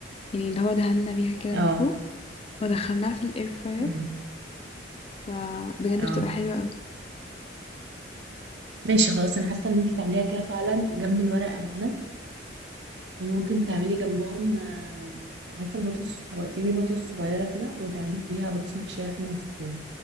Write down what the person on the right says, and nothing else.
اه
أمم،
اه
ماشي خلاص انا حاسه ان انتي تعمليها كده فعلا جنب الورق العنب وممكن تعملي جنبهم آه، عارفه البطاطس الصغ- تجيبي بطاطس صغيره كده وتعمليها بطاطس محشيه لحمه مفرومه